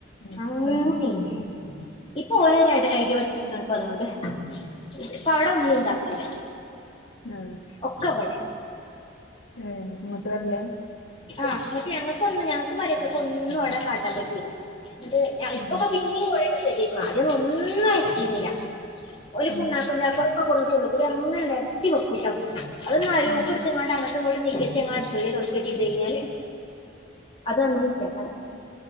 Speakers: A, on the left (about 85°); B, on the left (about 30°).
A: ഉം
B: അങ്ങനെണ്
A: ഉം
B: ഇപ്പൊ ഓര് ഒരു ഐഡിയ പഠിച്ചിക്കാണ് ഇപ്പൊ അതോണ്ട് ഇപ്പോ അവിടെ ഒന്നും ണ്ടാക്കൂല
A: ആഹ്
B: ഒക്ക പടെ
A: ഏഹ് ഇങ്ങട്ട് വേർലാ
B: ആഹ് എന്നട്ട് ഞങ്ങൾക്ക് ന്നും ഞങ്ങൾക്ക് മരക്കക്ക് ഒന്നുംവിടെ കാട്ടാൻ പറ്റൂല എന്നിട്ട് ഇപ്പൊക്കെ
A: ഉം
B: പിന്നിം ഇപ്പോ കൊറേ ഒക്കെ ശരിയായിക്കുണു ആത്യന്നും ഒന്നും അയച്ചീനില ഓല്
A: ഉം
B: പുണ്ണാക്കും ചാക്ക് കൊടുന്ട്ട് ഉള്ളുകൂടെ അങ്ങനെ നരത്തി വെക്കൂട്ടോ അതൊന് അരൂക്ക്
A: ഉം
B: എടുത്ത് ങ്ങാണ്ട് അങ്ങട്ട് ട്ട് നീകച്ചേ ഞങ്ങൾ അടിച് വാരെ തൊടക്കെ ചെയ്ത് കഴിഞ്ഞാൽ അത് അന്ന് കുറ്റേ ക്കാരം